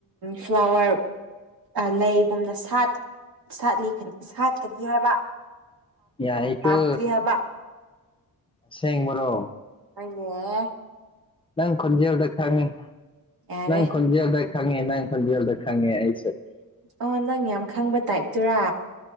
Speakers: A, on the right (about 85°); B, on the left (about 15°).
A: ꯐ꯭ꯂꯥꯋꯔ ꯂꯩꯒꯨꯝꯅ ꯁꯥꯠ ꯁꯥꯠꯂꯤ ꯁꯥꯠꯀꯅꯤ ꯍꯥꯏꯕ
B: ꯌꯥꯏꯀꯣ
A: ꯊꯥꯛꯇ꯭ꯔꯤ ꯍꯥꯕ
B: ꯑꯁꯦꯡꯕ꯭ꯔꯣ
A: ꯍꯣꯏꯅꯦꯑꯦ
B: ꯅꯪ ꯈꯣꯟꯖꯦꯜꯗ ꯈꯪꯉꯤ
A: ꯌꯥꯔꯦ
B: ꯅꯪ ꯈꯣꯟꯖꯦꯜꯗ ꯈꯪꯉꯦ ꯅꯪ ꯈꯣꯟꯖꯦꯜꯗ ꯈꯪꯉꯦ ꯑꯩꯁꯨ
A: ꯑꯣ ꯅꯪ ꯌꯥꯝ ꯈꯪꯕ ꯇꯥꯏꯞꯇꯨꯔꯥ